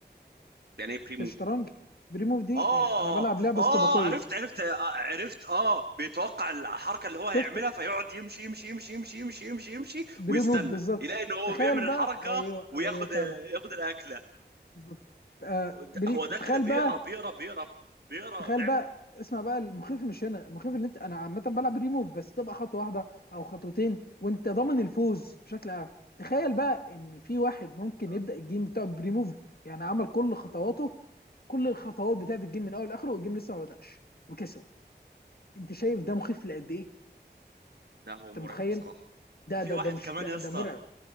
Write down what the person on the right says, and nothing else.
يعني ايه بريمو؟
اه
اه
عرفت عرفت آه، عرفت اه بيتوقع الحركه اللي هو
هيعملها فيقعد يمشي يمشي يمشي يمشي يمشي يمشي يمشي
ويستنى
يلاقي ان هو
بيعمل الحركه
وياخد
ياخد الاكله
د-
هو
ده كده
بيقرا بيقرا بيقرا بيقرا
لعبه
اه
ده هو
مرعب
بصراحه
في
واحد
كمان
يا
اسطى